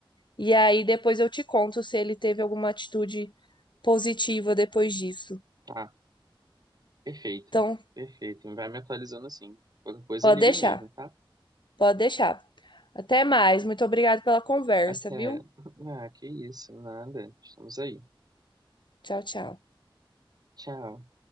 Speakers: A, on the left; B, on the right.
A: E aí depois eu te conto se ele teve alguma atitude positiva depois disso.
B: tá, perfeito,
A: Então,
B: perfeito. Vai me atualizando assim. Qualquer coisa,
A: pode
B: liga
A: deixar,
B: mesmo, tá?
A: pode deixar. Até mais. Muito obrigada pela conversa,
B: Até.
A: viu?
B: <laughs> Ah, que isso, nada. Estamos aí.
A: Tchau, tchau.
B: Tchau.